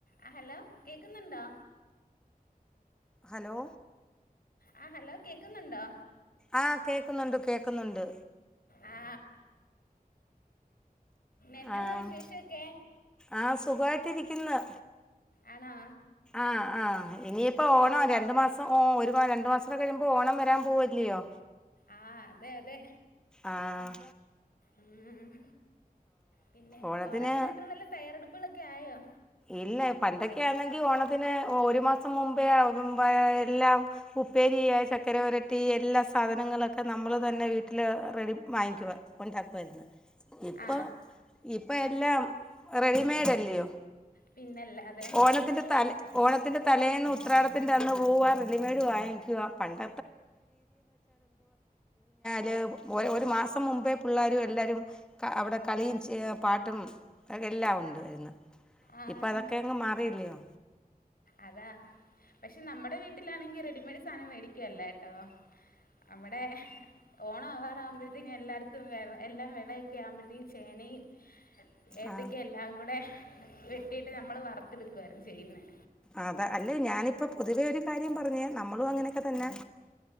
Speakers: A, on the left (about 75°); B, in the centre.
A: ആ ഹലോ കേക്കുന്നുണ്ടോ
B: ഹലോ
A: ആ ഹലോ കേക്കുന്നുണ്ടോ
B: ആഹ് കേക്കുന്നുണ്ട് കേക്കുന്നുണ്ട്
A: ആ എന്നെവാ
B: ആഹ്
A: വിശേഷമൊക്കെ
B: ആഹ് സുഖാവായിട്ടിരിക്ക്ന്ന്
A: ആണൊ
B: ആ ആ ഇനിയിപ്പോ ഓണാ രണ്ടുമാസം ഒരു വാ രണ്ടു മാസൊക്കെകഴിയുമ്പോ ഓണം വരാൻ പോവുല്ലയോ
A: ആഹ് അതെ അതെ
B: ആഹ
A: ഉം. പിന്നെ
B: ഓണത്തിന്
A: ഓണത്തിനായിട്ടുള്ളല്ല തയ്യറെടുപ്പുകളൊക്കെ ആയോ
B: ഇല്ല പന്തൊക്കെയാണെങ്കി ഓണത്തിന് ഒരു മാസം മുമ്പേ എല്ലാം ഉപ്പേരിയ ചക്കര വരട്ടി എല്ലാ സാധനങ്ങളൊക്കെ നമ്മൾ തന്നെ വീട്ടിൽ റെഡി വാങ്ങിക്കുക ണ്ടാക്കരുന്നു ഇപ്പൊ
A: ആ
B: ഇപ്പൊ എല്ലാം റെഡിമെയഡ അല്ലയോ
A: പിന്നല്ലാതെ
B: ഓണത്തിന്റെ തല
A: ഇ-
B: ഓണത്തിന്റെ തലേന്ന് ് വാ പണ്ട ല് ഒരു മാസം മുമ്പേ പിള്ളേരും എല്ലാരും അവിടെ കളിയും പാട്ടും അത എല്ലാം ഉണ്ട്ായിരുന്നു
A: ആ
B: ഇപ്പൊ അതൊക്കെ അങ്ങ് മാറിയില്ലയോ
A: അതാ പക്ഷെ നമ്മുടെ വീട്ടിലാണെങ്കിൽ റെഡിമെയഡ് സാധനം മേടിക്കുവല്ലേ ട്ടോ അവിടെ ഓണം ആവാറാകുമ്പോഴത്തേക്കും എല്ലായിടത്തും വ എല്ലാം നളൊക്കെ ആവുമ്പോഴത്തേക്കും ചേനയും ഏത്തക്ക
B: ആ
A: എല്ലാം കൂടെ കിട്ടിട്ട് നമ്മൾ വറത്തെടുക്കുവായിരുന്നു ചെയ്യുന്നത്
B: അതാ അല്ലെ ഞാനിപ്പോ പൊതുവേ ഒരു കാര്യം പറഞ്ഞേ നമ്മളും അങ്ങനെയൊക്കെ തന്നൊ